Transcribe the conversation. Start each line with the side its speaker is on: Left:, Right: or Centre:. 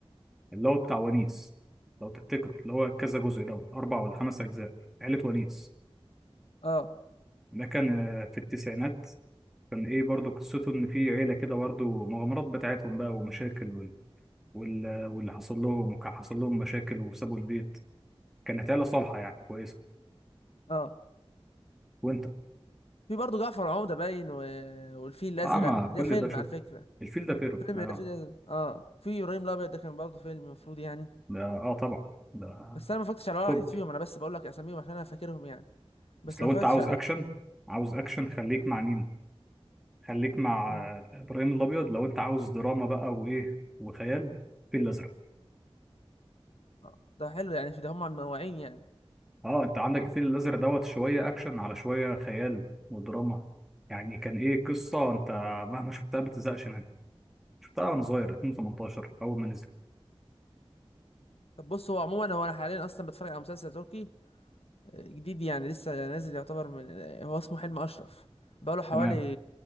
Centre: اللي هو بتاع ونيس لو تفتكره اللي هو كذا جزء دوت اربع ولا خمس اجزاء عيله ونيس
Left: اه
Centre: ده كان آه، في التسعينات كان ايه برضو قصته ان في عيله كده برضو مغامرات بتاعتهم بقى ومشاكل وال... وال... واللي حصل لهم وكان حصل لهم مشاكل وسابوا البيت كانت عيله صالحه يعني كويسه
Left: اه
Centre: وانت
Left: في برضه جعفر العمدة باين و... والفيل الأزرق
Centre: اه ما
Left: ده
Centre: كل
Left: فيلم
Centre: ده شوف
Left: على فكرة
Centre: الفيل ده فيلم
Left: فيلم
Centre: آه.
Left: الفيل الأزرق اه في إبراهيم الأبيض ده كان برضه فيلم المفروض يعني
Centre: ده اه طبعا ده
Left: بس انا ما فكرتش على ولا
Centre: طب
Left: واحد فيهم انا بس بقول لك اساميهم عشان انا فاكرهم يعني بس
Centre: بس
Left: ما
Centre: لو
Left: فكرتش
Centre: انت عاوز
Left: عليهم
Centre: اكشن عاوز اكشن خليك مع مين خليك مع
Left: امم
Centre: آه، ابراهيم الابيض لو انت عاوز دراما بقى وايه وخيال الفيل الازرق
Left: آه، ده حلو يعني في ده هم منوعين يعني
Centre: اه انت عندك
Left: مم.
Centre: الفيل الازرق دوت شويه اكشن على شويه خيال ودراما يعني كان ايه قصه انت مهما شفتها ما بتزهقش منها شفتها وانا صغير 2018 اول ما نزل
Left: طب بص هو عموما هو انا حاليا اصلا بتفرج على مسلسل تركي آه، جديد يعني لسه نازل يعتبر من آه، هو اسمه حلم اشرف بقاله حوالي
Centre: تمام